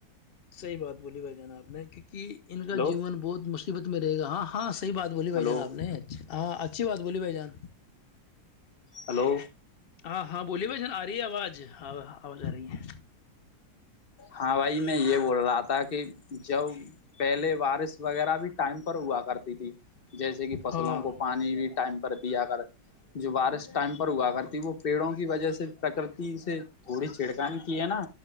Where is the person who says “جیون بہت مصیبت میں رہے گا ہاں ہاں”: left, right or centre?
Left